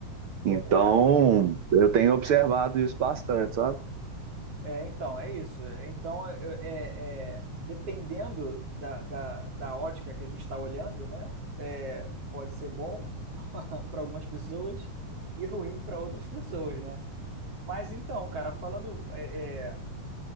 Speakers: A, on the right; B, on the right.
A: Então,
B: É,
A: eu tenho observado isso bastante, sabe?
B: É, então, é isso. Então, eu- é, é, dependendo da, da, da ótica que a gente está olhando, né? é, pode ser bom <laughs> para algumas pessoas e ruim para outras pessoas, né? Mas então, cara, falando, é, é,